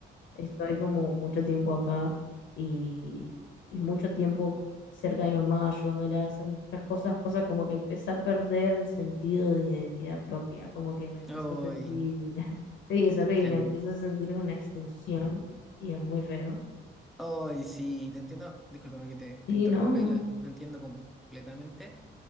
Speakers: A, on the left; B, in the centre.
A: Estoy como mucho tiempo acá y, y mucho tiempo cerca de mi mamá, ayudándola a hacer muchas cosas, cosas como que empecé a perder el sentido de identidad propia, como que me empecé
B: Ay,
A: a sentir, <laughs> sí, es horrible,
B: te
A: empecé a sentirme una extensión y es muy feo.
B: Ay, sí, te entiendo, discúlpame que te,
A: Sí,
B: te interrumpa
A: no, no,
B: y lo, ent- lo entiendo completamente,